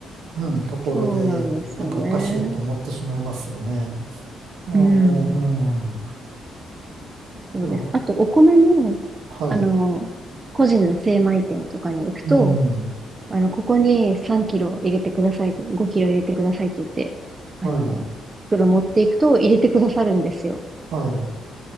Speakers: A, on the right; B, on the right.
A: うん、ところで、
B: そうなんですよね。
A: なんかおかしいって思ってしまいますよね。いや、
B: うん。
A: うん、い
B: そうです。
A: や、は
B: あと、お米も、あの、
A: い、
B: 個人の精米店とかに行くと、
A: うん、
B: あの、ここに3キロ入れてくださいと、5キロ入れてくださいって言って、あの、
A: はい、
B: 袋持っていくと入れてくださるんですよ。
A: はい、